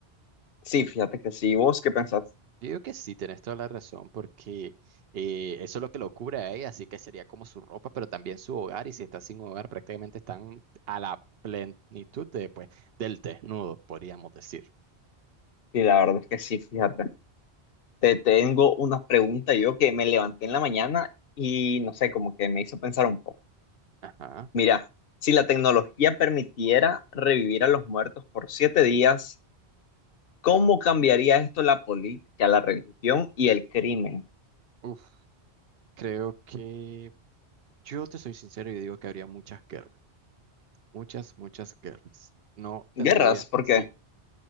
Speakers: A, on the left; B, on the right.
A: Sí, fíjate que sí. ¿Y ¿Vos qué pensás?
B: Yo digo que sí, tenés toda la razón, porque eh, eso es lo que lo cubre a ella, así que sería como su ropa, pero también su hogar, y si está sin hogar, prácticamente están a la plenitud de, pues, del desnudo, podríamos decir.
A: Sí, la verdad es que sí, fíjate. Te tengo una pregunta yo que me levanté en la mañana y no sé, como que me hizo pensar un poco.
B: Ajá.
A: Mira, si la tecnología permitiera revivir a los muertos por siete días, ¿cómo cambiaría esto la política, la religión y el crimen?
B: Uf, creo que yo te soy sincero y digo que habría muchas guerras, muchas, muchas guerras. No
A: Guerras,
B: tendría,
A: porque
B: sí.